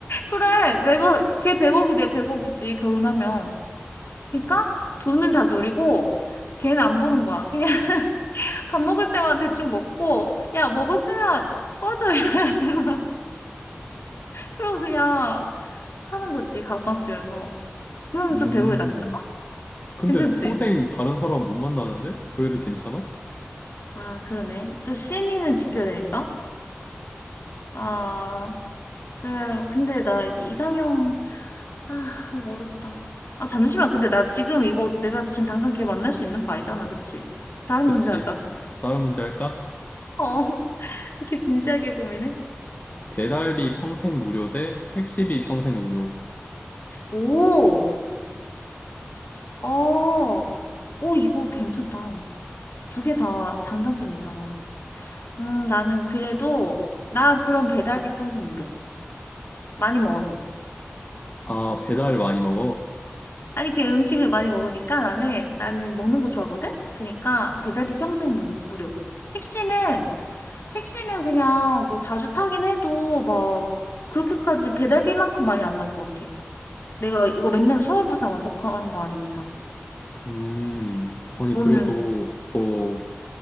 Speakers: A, on the left (about 60°); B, on the left (about 40°).
A: 그래, 내가, 걔 100억이 내 100억이지, 결혼하면. 그러니까 돈은 다 누리고, 걔는 안 보는 거야. 그냥 밥 먹을 때만 대충 먹고, 야, 먹었으면 꺼져. <laughs> 이래가지고. 그리고 그냥 사는 거지. 가옥방 쓰면서. 그럼
B: 음.
A: 좀 배고프게 낫지.
B: 근데
A: 괜찮지?
B: 평생 다른 사람 못 만나는데? 그래도 괜찮아?
A: 아, 그러네. 또신 n 는 지켜야 되니까. 아, 그래. 근데 나 이상형, 아, 이거 어렵다. 아, 잠시만. 근데 나 지금 이거 내가 지금 당장 걔 만날 수 있는 거 아니잖아. 그치? 다른
B: 그치.
A: 문제 하자.
B: 다른 문제 할까?
A: 어, <laughs> 이렇게 진지하게 고민해?
B: 배달비 평생 무료 대 택시비 평생 무료.
A: 오, 어, 오, 이거 괜찮다. 두 개 다 장단점 있잖아. 음, 나는 그래도, 나 그럼 배달비 평생 무료. 많이 먹어서.
B: 아, 배달 많이 먹어?
A: 아니, 그 음식을 많이 먹으니까 나는, 나는 먹는 거 좋아하거든? 그러니까 배달비 평생 무, 무료. 택시는, 택시는 그냥 뭐 자주 타긴 해도 막 그렇게까지 배달비만큼 많이 안 나올 것 같아. 내가 이거 맨날 서울 부산 왕복하는 거 아닌 이상.
B: 음. 아니,
A: 너는,
B: 그래도 뭐,